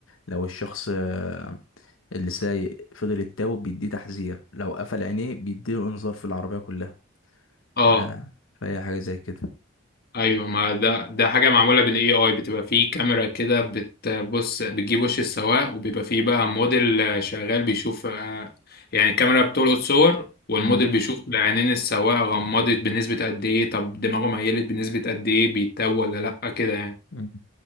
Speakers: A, on the left; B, on the left.
A: لو الشخص آه، اللي سايق فضل يتوب بيديه تحذير لو قفل عينيه بيديله انذار في العربية كلها
B: اه
A: آه فهي حاجة زي كده
B: ايوه ما ده ده حاجه معموله بالاي اي بتبقى فيه كاميرا كده بتبص بتجيب وش السواق وبيبقى فيه بقى موديل آه، شغال بيشوف آه، يعني الكاميرا بتلقط صور والموديل
A: امم
B: بيشوف عينين السواق غمضت بنسبه قد ايه طب دماغه ميلت بنسبه قد ايه بيتوه ولا لا كده يعني
A: مم.